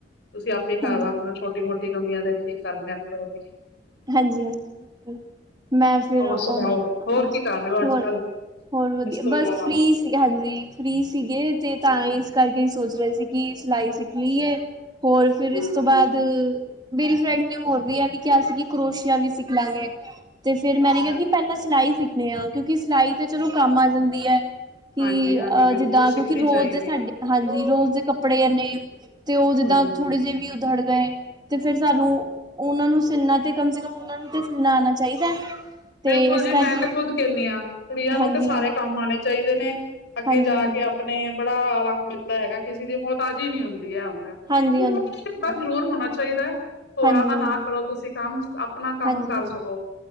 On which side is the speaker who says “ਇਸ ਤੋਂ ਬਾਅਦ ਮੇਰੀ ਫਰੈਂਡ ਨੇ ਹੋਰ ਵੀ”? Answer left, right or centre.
Right